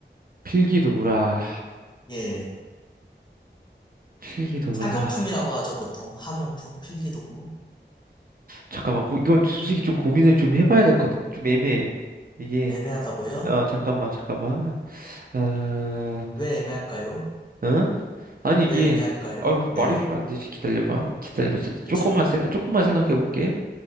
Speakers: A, on the right; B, on the left.
A: 필기도구라.
B: 예.
A: 필기도구라.
B: 학용품이라고 하죠, 보통. 학용품, 필기 도구.
A: 잠깐만, 고, 이건 솔직히 좀 고민을 좀 해봐야 될 것 같아. 좀 애매해. 이게,
B: 애매하다고요?
A: 어, 잠깐만, 잠깐만. 어,
B: 왜 애매할까요?
A: 어? 아니,
B: 왜
A: 이게,
B: 애매할까요?
A: 아이고,
B: 네.
A: 말해주면 안 되지. 기다려봐. 기다려봐. 세-
B: 그쵸.
A: 조금만, 생, 조금만 생각해볼게.